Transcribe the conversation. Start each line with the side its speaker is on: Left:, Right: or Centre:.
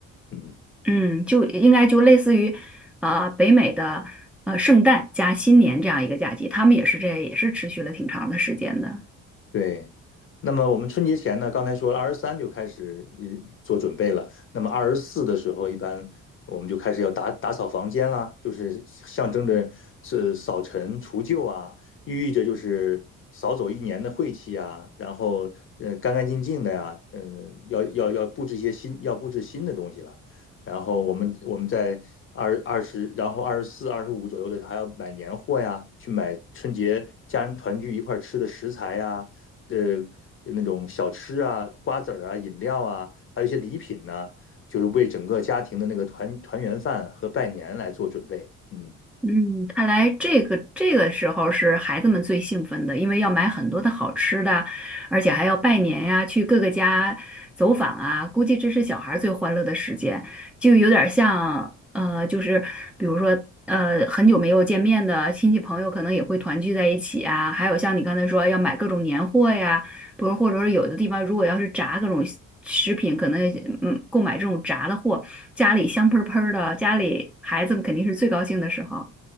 Left: 嗯。
Centre: 嗯，就应该就类似于，呃，北美的呃圣诞加新年这样一个假期，他们也是这也是持续了挺长的时间的。
Left: 对，那么我们春节前呢，刚才说了二十三就开始嗯做准备了。那么二十四的时候，一般我们就开始要打打扫房间啦，就是象征着是扫尘除旧啊，寓意着就是扫走一年的晦气啊，然后呃干干净净的呀，嗯、要要要布置一些新，要布置新的东西了。然后我们我们在二二十，然后二十四、二十五左右的时候，还要买年货呀，去买春节家人团聚一块儿吃的食材呀。呃那种小吃啊、瓜子儿啊、饮料啊，还有一些礼品呢、就是为整个家庭的那个团团圆饭和拜年来做准备。嗯。
Centre: 嗯，看来这个这个时候是孩子们最兴奋的，因为要买很多的好吃的，而且还要拜年呀，去各个家走访啊，估计这是小孩儿最欢乐的时间，就有点儿像呃，就是比如说呃，很久没有见面的亲戚朋友，可能也会团聚在一起啊，还有像你刚才说要买各种年货呀，不是，或者说有的地方如果要是炸各种食品，可能嗯购买这种炸的货，家里香喷喷儿的，家里孩子们肯定是最高兴的时候。